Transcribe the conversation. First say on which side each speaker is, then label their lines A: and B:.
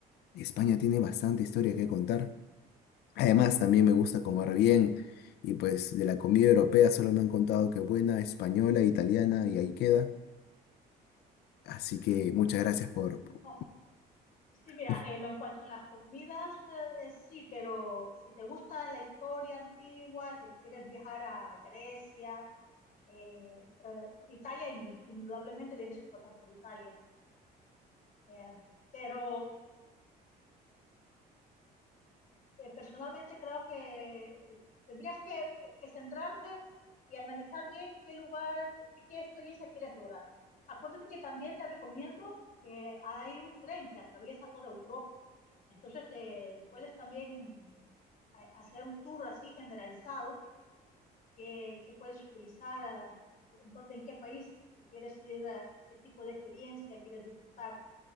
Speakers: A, on the left; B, on the left.
A: España tiene bastante historia que contar. Además, también me gusta comer bien y pues de la comida europea solo me han contado que buena, española, italiana y ahí queda. Así que muchas gracias por... por-
B: no, Sí, mira,
A: <laughs>
B: eh, lo en cuanto a las comidas, eh, eh, sí, pero si te gusta la historia antigua, que quieres viajar a Grecia, eh, eh, Italia, in- indudablemente tienes que pasar por Italia. Eh, pero eh, personalmente creo que tendrías que, que- que centrarte y analizar bien qué lugar, qué, qué experiencia quieres lograr. Acuérdate que también te recomiendo que hay un tren que atraviesa toda Europa. Entonces te puedes también a- hacer un tour así generalizado que, que puedes utilizar, ah, dónde, en qué país si quieres ir, ah, qué tipo de experiencia quieres disfrutar,